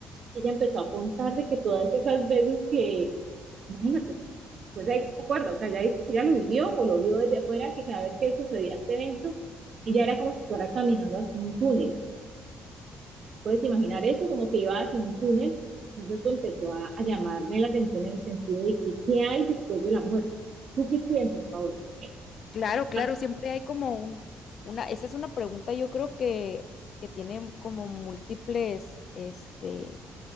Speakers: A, on the right; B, on the left.
A: Ella empezó a contar de que todas esas veces que, imagínate, pues ella se acuerda, o sea, ella dice que ella lo vivió o lo vio desde afuera, que cada vez que sucedía este evento, ella era como si fuera caminando hacia un túnel. Puedes imaginar eso, como que iba hacia un túnel. Entonces esto empezó a, a llamarme la atención en el sentido de que, ¿qué hay después de la muerte? ¿Tú qué piensas, Paola? ¿Qué
B: Claro, claro,
A: pasa?
B: siempre hay como un, una, esa es una pregunta yo creo que, que tiene como múltiples, este,